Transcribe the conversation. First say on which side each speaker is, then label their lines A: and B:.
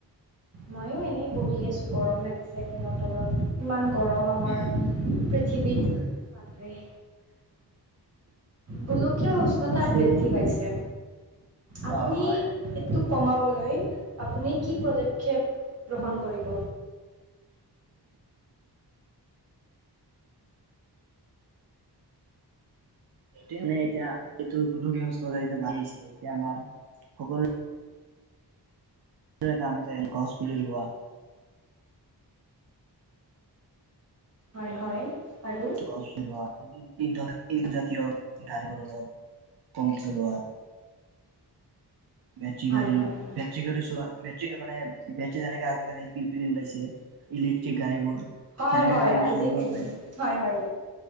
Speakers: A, on the right; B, on the right.
A: মইয়ো এনেই বহি আছো গৰম লাগিছে ফেনৰ তলত ইমান গৰম আমাৰ
B: উম।
A: পৃথিৱীত বাপৰে। গোলকীয় উষ্ণতা
B: পিছে
A: বৃদ্ধি পাইছে। আপুনি
B: অ হয়
A: এইটো কমাবলৈ আপুনি কি পদক্ষেপ গ্ৰহণ কৰিব?
B: সেইটো মানে এতিয়া এইটো গৰু গৃহস্থতা এতিয়া বান্ধি আহিছে, এতিয়া মই সকলো সকলোৰে কাম যেন গছ পুলি ৰোৱা
A: হয় হয়। আৰু
B: আশীৰ্বাদ ইন্ধন জাতীয় গাড়ীবোৰ অলপ কম চলোৱা বেটেৰী
A: হয়
B: গাড়ী,
A: হয় হয়
B: বেটেৰী গাড়ী চোৱা বেট্ৰী মানে বেটৰী যেনেকে আজিকালি পিল পিলি ওলাইছে ইলেক্ট্ৰিক গাড়ীবোৰ
A: হয়
B: সেনেকা
A: হয়
B: গাড়ী
A: আজিকেনি
B: চলোৱা মানে
A: হয় হয়।